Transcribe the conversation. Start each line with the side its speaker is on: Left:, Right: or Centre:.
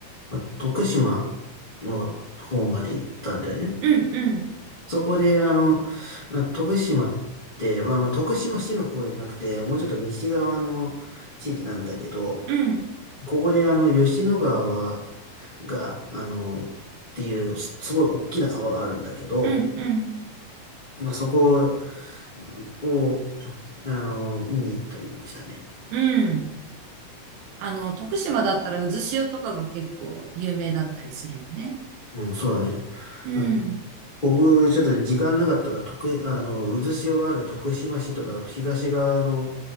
Left: ま徳島の方まで行ったんだよね。
Right: うん、うん、
Left: そこで、あの、あ徳島って、まあまあ、徳島市の方じゃなくて、もうちょっと西側の地域なんだけど、
Right: うん、
Left: ここであの、吉野川はが、あの、っていう、すすごい大きな川があるんだけど、
Right: うん、うん、
Left: まあそこを、あの、見に行ったりもしたね。
Right: うん。あの、徳島だったらうずしおとかが結構有名だったりするよね。
Left: うん、そうだね。
Right: うん。
Left: あの、僕、ちょっと時間なかったから、徳、あの、渦潮がある徳島市とか、東側の